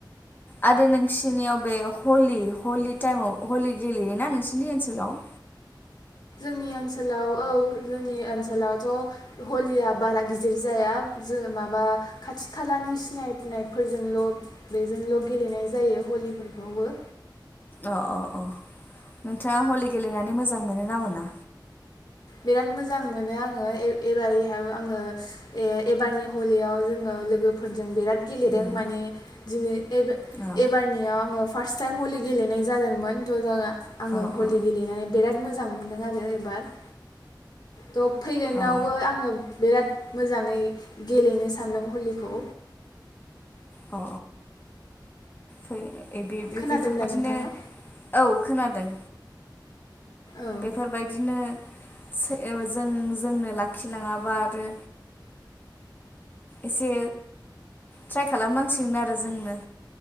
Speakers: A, on the left; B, on the left.
A: आरो नोंसिनियाव बे हलि हलि टाइमाव हलि गेलेयोना नोंसिरनि ओनसोलाव?
B: जोंनि ओनसोलाव औ जोंनि ओनसोलावथ हलिया बारा गिदिर जाया जों माबा खाथि खालानि सिनायनायफोरजोंल बेजोंल गेलेनाय जायो हलिफोरखौबो
A: अ-अ-अ नोंथाङा हलि गेलेनानै मोजां मोनो ना मोना?
B: बिराद मोजां मोनो आङो एबारैहाय आङो एबारनि हलियाव जोङो लोगोफोरजों बिराद गेलेदों
A: उम
B: माने दिनै एब
A: औ
B: एबारनियाव आङो फार्स्ट टाइम हलि गेलेनाय जादोंमोन थ' जोंहा आङो
A: अ
B: हलि
A: अ
B: गेलेनानै बेराद- मोजां मोन्दों आरो एबार थ' फैगोनावबो
A: औ
B: आङो बिराद मोजाङै गेलेनो सानदों हलिखौ
A: अ अ बेफोरबादिनो
B: खोनादों दा नोंथाङा
A: औ खोनादों
B: औ
A: बेफोरबायदिनो सै जों जोंनो लाखिलाङाबा आरो एसे ट्राइ खालामनांसिगोन आरो जोंनो